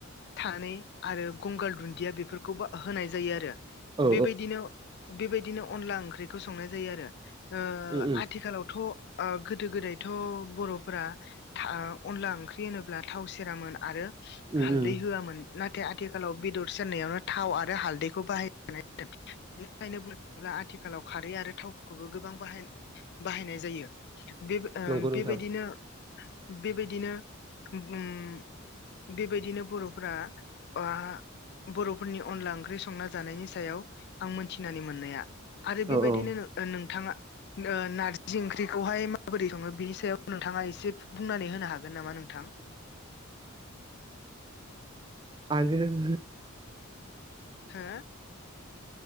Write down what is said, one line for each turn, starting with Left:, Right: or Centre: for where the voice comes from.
Left: थानै आरो गंगार दुन्दिया बेफोरखौबो होनाय जायो आरो
Right: औ
Left: बेबायदिनो बेबायदिनो अनला ओंख्रिखौ संनाय जायो आरो ओ
Right: उम
Left: आथिखालावथ' गोदो गोदायथ' बर'फोरा अनला ओंख्रि होनोब्ला थाव सेरामोन आरो
Right: उम
Left: हालदै
Right: उम
Left: होआमोन नाथाय आथिखालाव बेदर सेरनायावनो थाव आरो हालदैखौ बाहायानाय बेखायनोबो आथिखालाव खारै आरो थावफोरखौबो गोबां बाहाय बाहायनाय जायो बे ओ
Right: नंगौ नोंथां
Left: बेबायदिनो बेबायदिनो उम बेबायदिनो बर'फ्रा आ बर'फोरनि अनला ओंख्रि संना जानायनि सायाव आं मोनथिनानै मोननाया आरो बेबायदिनो
Right: औ औ
Left: नोंथाङा नारजि ओंख्रिखौहाय माबोरै सङो बिनि सायाव नोंथाङा एसे बुंनानै होनो हा गोन नामा नोंथां?
Right: हागोन
Left: हा